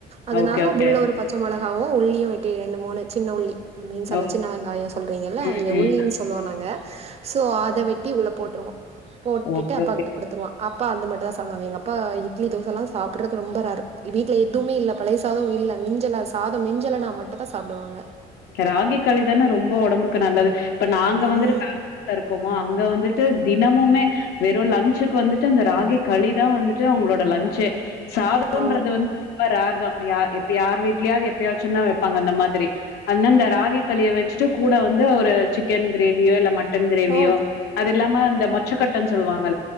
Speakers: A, on the right; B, on the left.
A: அதனால
B: ஓகே, ஓகே.
A: உள்ள ஒரு பச்ச மிளக ஓ உள்ளியும் வ எ ரெண்டு மூன்னு சின்ன உள்ளி மீன்ஸ் அந்த
B: ஓ!
A: சின்ன வெங்காயம் சொல்றீங்க இல்ல
B: ம்,
A: இங்க
B: ம்.
A: உள்ளின்னு சொல்லுவோம் நாங்க சொ அத வெட்டி உள்ள போட்டுருவோம் போட்டுட்டு
B: ஓகே,
A: அப்பா
B: ஓகே.
A: கொடுத்துருவோன் அப்பா அந்த மாரி சாப்படுாங்க அப்பா இட்லி தோசைல்லாம் சாப்படுறது ரொம்ப வீட்டல எடி இப்மே இல்ல பலியசாதும் இல்ல மிஞ்சலாச சாதம் மிஞ்சலனா மட் தான் சாப்படுவாங்க
B: ராகி களிதானே ரொம்ப உடம்புக்கு நல்லது ப்ப நாங்க
A: ம்.
B: வந்துட்டு பெங்களூர் இருக்கோம் அங்க வந்துட்டு தினமுமே வெறும் லஞ்சுக்கு வந்துட்டு அந்த ராகி களி தான் வந்துட்டு அவங்களோட லஞ்சே சாதம்ன்றது
A: ஆ.
B: வந்து ரொம்ப ரர் தான் யா எப்ய யார் வீடலயாவது எப்யாச்சும்ந்தான் வைாங்க அந்த மாரி அனா இந்த ராகி களிய வச்சுட்டு கூட வந்து ஒரு சிக்கன் கிரேவியோ இல்ல மட்ட மட்டன் கிரேவியோ
A: ஓ!
B: அது இல்லாம இந்த மொச்சகொட்ட சொல்லுவாங்க